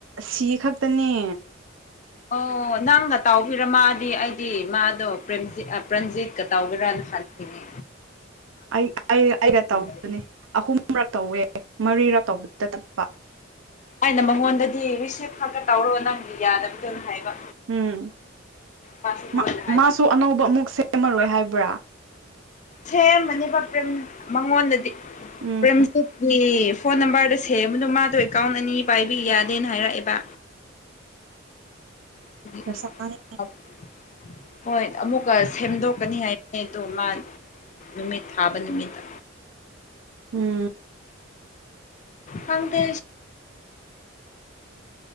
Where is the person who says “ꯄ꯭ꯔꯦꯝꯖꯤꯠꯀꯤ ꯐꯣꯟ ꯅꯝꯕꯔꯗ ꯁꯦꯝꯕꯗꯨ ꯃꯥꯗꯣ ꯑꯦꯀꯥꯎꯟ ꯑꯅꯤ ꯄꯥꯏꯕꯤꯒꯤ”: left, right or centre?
Left